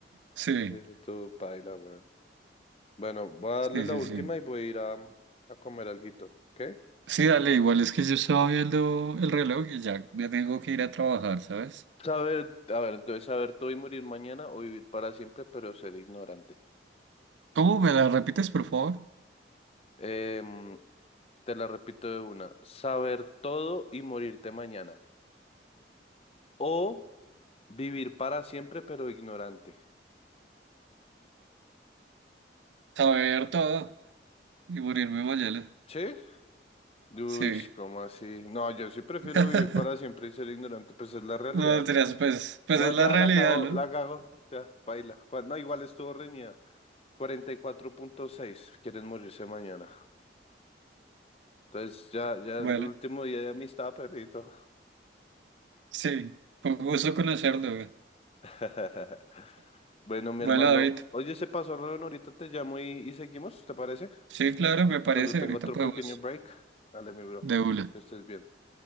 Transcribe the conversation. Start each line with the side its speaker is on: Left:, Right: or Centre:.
Right: sí,
Left: Necesito paila, weón. Bueno, voy a darle
Right: sí,
Left: la
Right: sí,
Left: última
Right: sí.
Left: y voy a ir a, a comer alguito, ¿ok?
Right: Sí, dale, igual es que yo estaba viendo el reloj y ya me tengo que ir a trabajar, ¿sabes?
Left: Saber, a ver, entonces saber todo y morir mañana o vivir para siempre, pero ser ignorante.
Right: ¿Cómo me la repites, por favor?
Left: Em, te la repito de una. Saber todo y morirte mañana. O vivir para siempre, pero ignorante.
Right: Saber todo y morirme mañana.
Left: ¿Sí? Uy,
Right: Sí.
Left: ¿cómo así? No, yo sí prefiero
Right: <laughs>
Left: vivir para siempre y ser ignorante, pues es la realidad.
Right: No, mentiras, pues, pues
Left: No,
Right: es
Left: ya
Right: la realidad,
Left: la cago,
Right: ¿no?
Left: la cago, ya, baila. No, igual estuvo reñida. cuarenta y cuatro punto seis. quieren morirse mañana. Entonces ya, ya
Right: Bueno,
Left: el último día de amistad, perrito.
Right: sí, fue un gusto conocerlo, güey.
Left: <laughs> Bueno, mi
Right: Bueno,
Left: hermano,
Right: David,
Left: oye, se pasó, Rodon, ahorita te llamo y, y seguimos, ¿te parece?
Right: sí, claro, me parece,
Left: Cuando tengo
Right: ahorita
Left: otro
Right: podemos
Left: pequeño break. Dale, mi bro,
Right: de una,
Left: que estés bien.